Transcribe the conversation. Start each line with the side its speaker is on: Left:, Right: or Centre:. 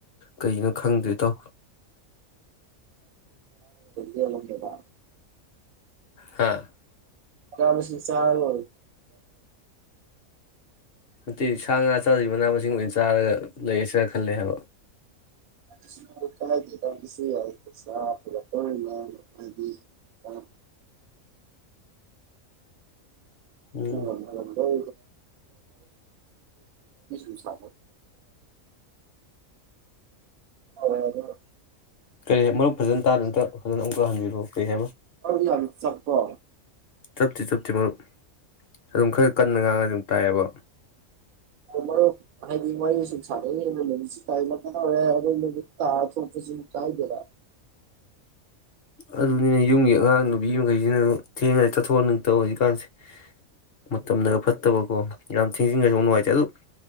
Left: ꯀꯅꯣ ꯈꯪꯗꯦ ꯇꯥꯎ
Right: ꯌꯦꯂꯒꯦꯗ
Left: ꯍꯥꯥ
Right: ꯆꯁꯤ ꯆꯥꯡꯦ
Left: ꯅꯠꯇꯦ ꯁꯥ ꯉꯥ ꯆꯥꯗꯔꯤꯕ ꯃꯅꯥ ꯃꯁꯤꯡ ꯑꯣꯏꯅ ꯆꯥꯔꯒ ꯂꯩꯌꯦꯁꯅ ꯈꯜꯂꯦ ꯍꯥꯏꯕ
Right: ꯁ ꯀ ꯁꯤ ꯍꯥꯏ ꯁꯥꯂ ꯇꯣꯉ ꯃꯗꯤ ꯀ
Left: ꯎꯝ
Right: ꯂ ꯣꯁ ꯑ
Left: ꯀꯔꯤ ꯃꯔꯨꯞ ꯐꯖꯅ ꯇꯥꯗ ꯅꯠꯇ ꯐꯖꯅ ꯄ ꯍꯟꯕꯤꯔꯛ ꯀꯩ ꯍꯥꯏꯣ
Right: ꯑ ꯌꯥ ꯆꯄ
Left: ꯇꯞꯇꯤ ꯇꯞꯇꯤ ꯃꯔꯨꯞ ꯑꯗꯨꯝ ꯈꯔ ꯀꯟꯅ ꯉꯥꯡꯉ ꯑꯗꯨꯝ ꯇꯥꯏꯌꯦꯕ
Right: ꯃ ꯍꯥ ꯀꯥꯏꯗ
Left: ꯑꯗꯨꯅꯤꯅ ꯌꯨꯝꯒꯤ ꯑꯉꯥꯡ ꯅꯨꯄꯤ ꯃꯈꯩꯁꯤꯅ ꯊꯦꯡꯉꯒ ꯆꯠꯊꯣꯛꯍꯟꯅꯤꯡꯗꯕ ꯍꯧꯖꯤꯛꯀꯥꯟꯁꯦ ꯃꯇꯝꯗꯒ ꯐꯠꯇꯕꯀꯣ ꯌꯥꯝ ꯊꯦꯡꯖꯤꯟꯉꯁꯨ ꯌꯥꯝ ꯅꯨꯡꯉꯥꯏꯇꯦ ꯑꯗꯨ